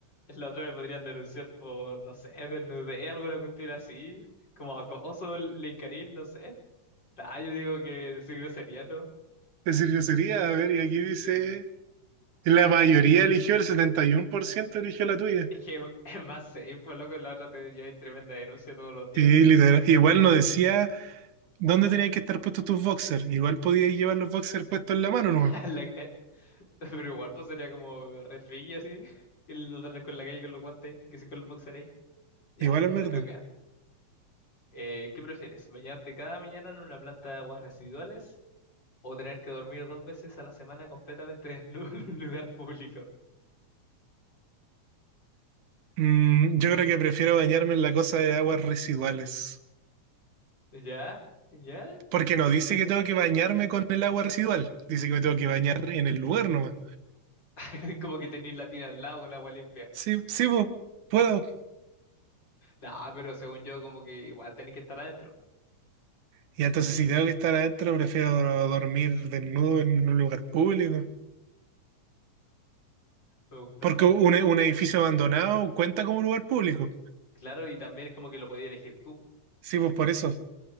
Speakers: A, on the left; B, on the right.
A: la otra me podrían denunciar por, no sé, desnudez, alguna cuestión así, como acoso, linkarín, no sé. Ah, yo digo que decir grosería, ¿no?
B: Decir grosería, a ver, y aquí dice.
A: Sí.
B: La mayoría eligió, el 71% eligió la tuya.
A: Es que <laughs> es más safe, pues, loco, la otra te lleva tremenda denuncia todos los días.
B: Sí, literal. Igual no decía dónde tenían que estar puestos tus boxers. Igual podías llevar los boxers puestos en la mano, ¿no?
A: <laughs> La- eh, pero igual, pues, sería como refri así, <laughs> que lo andas con la calle con los guantes, ahí, que sí con el boxer ahí. Ya,
B: Igual es verdad.
A: te toca. Eh, ¿qué prefieres? ¿Bañarte cada mañana en una planta de aguas residuales o tener que dormir dos veces a la semana completamente desnudo <laughs> en un lugar público?
B: Mm, yo creo que prefiero bañarme en la cosa de aguas residuales.
A: ¿Ya? ¿Ya?
B: Porque no
A: ¿Y por
B: dice
A: qué?
B: que tengo que bañarme con el agua residual. Dice que me tengo que bañar en el lugar nomás.
A: <laughs> Como que tenéis la tina al lado con agua limpia.
B: Sí, sí, po, puedo.
A: Nah, pero según yo, como que igual tenéis que estar adentro.
B: Y entonces si tengo que estar adentro, prefiero dormir desnudo en un lugar público.
A: Me gustó.
B: Porque un, e- un edificio abandonado cuenta como lugar público.
A: Claro, y también es como que lo podías elegir tú.
B: Sí, pues por eso.